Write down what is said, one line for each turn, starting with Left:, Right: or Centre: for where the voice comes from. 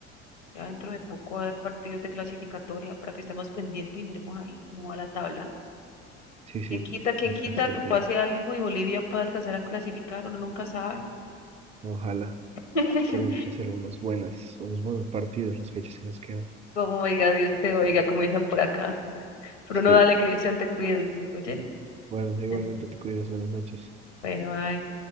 Left: Ya dentro de poco va a haber partidos de clasificatoria para que estemos pendientes y miremos ahí cómo va la tabla.
Right: Sí, sí,
Left: ¿Quién quita, quién
Right: ya
Left: quita
Right: está cerca
Left: que pase
Right: las.
Left: algo y Bolivia pueda alcanzar a clasificar? Uno nunca sabe.
Right: Ojalá,
Left: <laughs>
Right: esperemos hacer unas buenas, unos buenos partidos las fechas que nos quedan.
Left: Como oiga, Dios te oiga, como dicen por acá. Pero no
Right: Sí,
Left: dale, Cristian, te cuides. Oye,
Right: bueno, igualmente
Left: Ya.
Right: te cuidas, buenas noches.
Left: bueno, ay.